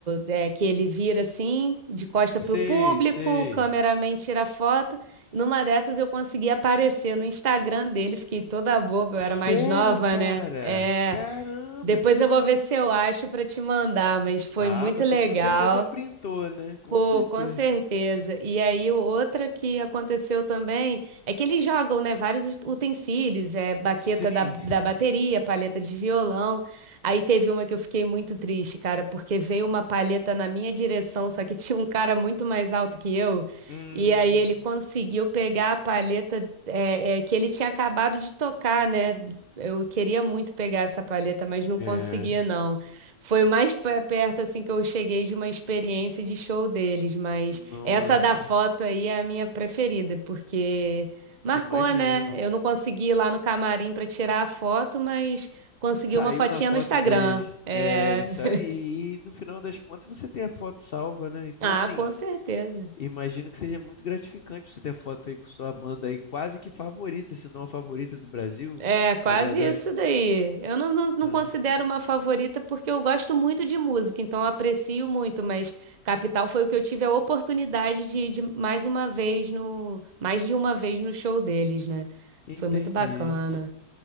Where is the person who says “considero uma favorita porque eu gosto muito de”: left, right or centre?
Right